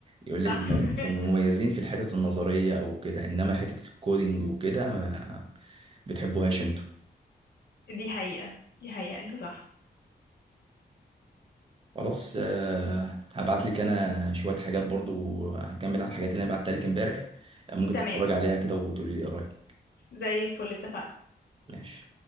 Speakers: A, on the right; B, on the left.
A: يقول لك
B: صح
A: انه
B: <laughs>
A: انتم مميزين في الحتة النظرية او كده انما حتة الكودينج وكده ما بتحبوهاش انتوا
B: دي حقيقه دي حقيقه انت صح
A: خلاص آه، هبعت لك انا شوية حاجات برضو هكمل على الحاجات اللي انا بعتها لك امبارح ممكن
B: تمام
A: تتفرج عليها كده وتقولي لي ايه رأيك
B: زي الفل اتفقنا
A: ماشي